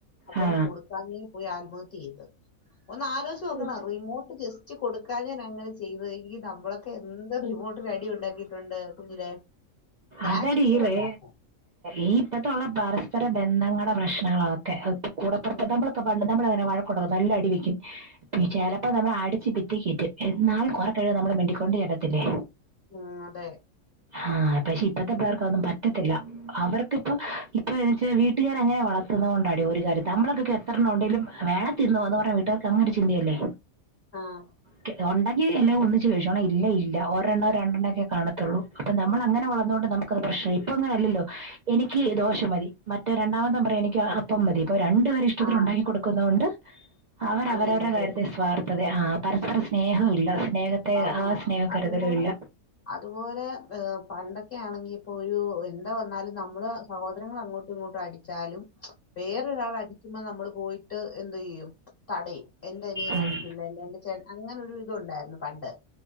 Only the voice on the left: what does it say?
അപ്പം
കൊടു <unintelligible> പോയി ആത്മഹത്യ ചെയ്ത് ഒന്ന് ആലോയ്ച്ച് നോക്ക്
റിമോട്ട് ജസ്റ്റ് കൊടു കാഞ്ഞ് അങ്ങനെ ചെയ്തതെങ്കി നമ്മളൊക്കെ എന്ത്‌ റിമോട്ടിന് അടി ഉണ്ടാക്കിയിട്ടുണ്ട് കുഞ്ഞിലേ ഞാനൊക്കെ
ഇപ്പഴും
ഉണ്ടാക്കും
ഉം
ഉം
ഉം അതെ
ആഹ്
ആഹ്
അങ്ങനെ
അതെ
ആഹ്
അത് അതുപോലെ എ പണ്ടൊക്കെ ആണെങ്കി ഇപ്പോ ഒരു എന്തോ വന്നാലും നമ്മള് സഹോദങ്ങള് അങ്ങോട്ടും ഇങ്ങോട്ടും അടി ച്ചാലും വേറൊരാള് അടിക്കുമ്പോ നമ്മള് പോയിട്ട് എന്തോ ചെയ്യും തടയും എന്റെ അനിയനെ
അടിക്കില്ല അല്ല എന്റെ ചേട്ടനെ അങ്ങനെ ഒരു ഇതുണ്ടായിരുന്നു പണ്ട്